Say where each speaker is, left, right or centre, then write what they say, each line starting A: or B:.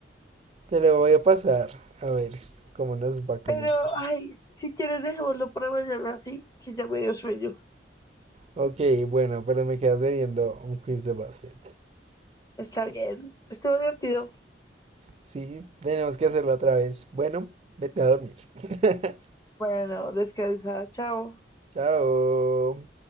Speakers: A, on the right (about 35°); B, on the left (about 20°).
A: Te lo voy a pasar. A ver cómo nos va con
B: Pero,
A: eso
B: ay, si quieres, dejémoslo para mañana, sí, que ya me dio sueño.
A: Ok, bueno, pero me quedas debiendo un quiz de BuzzFeed.
B: Está bien, estuvo divertido.
A: Sí, tenemos que hacerlo otra vez. Bueno, vete a dormir. <laughs>
B: Bueno, descansa, chao.
A: Chao.